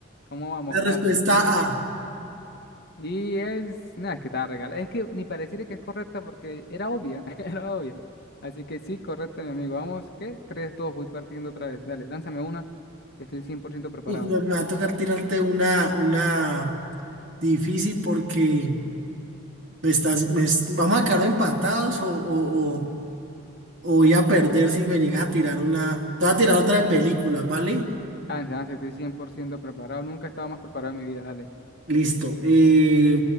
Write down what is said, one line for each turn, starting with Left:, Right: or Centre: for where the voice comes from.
Left: ¿Cómo vamos,
Right: La
Left: parce?
Right: respuesta
Left: Sí.
Right: A.
Left: Y es, nada, es que estaba regalada. Es que ni pareciera que es correcta porque era obvia, <laughs> era obvia. Así que sí, correcta, mi amigo. Vamos, qué tres, 3-2, voy partiendo otra vez. Dale, lánzame una. Estoy 100% preparado.
Right: Uf, pero me va a tocar tirarte una, una difícil porque me estás, me es- vamos a quedar empatados o, o, o- o voy a perder si me llegas a tirar una. Te voy a tirar otra de películas, ¿vale?
Left: Lance, lance, estoy cien por ciento preparado. Nunca estaba más preparado en mi vida. Dale.
Right: Listo. Eh,